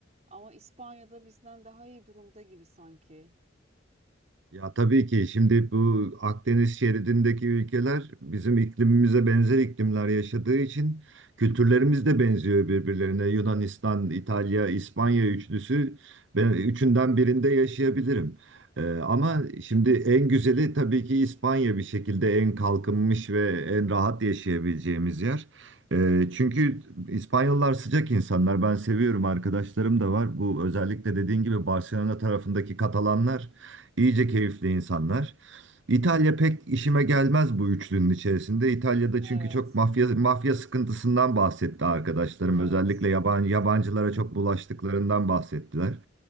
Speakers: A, on the right; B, on the right.
A: Ama İspanya'da bizden daha iyi durumda gibi sanki.
B: Ya tabii ki şimdi bu Akdeniz şeridindeki ülkeler bizim iklimimize benzer iklimler yaşadığı için kültürlerimiz de benziyor birbirlerine. Yunanistan, İtalya, İspanya
A: Evet,
B: üçlüsü ben üçünden birinde yaşayabilirim. Ee, ama şimdi en güzeli tabii ki İspanya bir şekilde en kalkınmış ve en rahat yaşayabileceğimiz yer. Ee, çünkü İspanyollar sıcak insanlar. Ben seviyorum arkadaşlarım da var. Bu özellikle dediğin gibi Barcelona tarafındaki Katalanlar. İyice keyifli insanlar. İtalya pek işime gelmez bu üçlünün içerisinde. İtalya'da
A: evet.
B: çünkü çok mafya mafya sıkıntısından bahsetti arkadaşlarım.
A: evet.
B: Özellikle yabancı yabancılara çok bulaştıklarından bahsettiler.